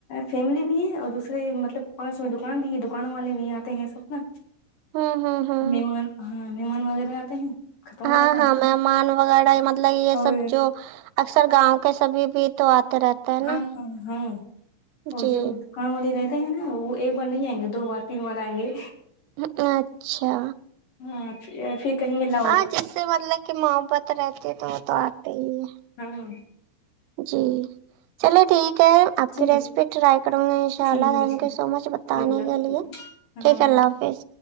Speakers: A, on the left (about 50°); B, on the right (about 90°).
A: فیملی بھی ہے اور دوسرے مطلب پانچو دکان بھی ہے دوکان والے بھی آتے ہیں سب نا
B: ہوں ہوں ہوں
A: مہمان ہاں مہمان وغیرہ آتے ہے نہ ختم ہو
B: ہاں
A: جاتا
B: ہاں مہمان وغیرہ مطلب یہ
A: اور
B: سب جو اکثر گاؤں کے سبھی بھی تو آتے رہتے ہیں
A: ہاں
B: نا
A: ہاں ہاں وہ
B: جی
A: جو کم والی رہتے ہے نا وہ ایک بار نہیں آئیں گے دو بار تین بار آئیں گے
B: ہ اچھا
A: ہاں پھر کہایں گے لاو
B: ہاں جس سے مطلب کہ محبت رہتی ہے تو وہ تو آتے ہی ہے
A: ہاں
B: جی چلو ٹھیک ہے آپ
A: ٹھیک
B: کی ریسیپی ٹرائی کروں گی انشاء
A: ٹھیک
B: اللہ تھینک یو سو مچ بتانے
A: ہے اللہ حافظ۔
B: کے لیے
A: ہاں
B: ٹھیک ہے اللہ حافظ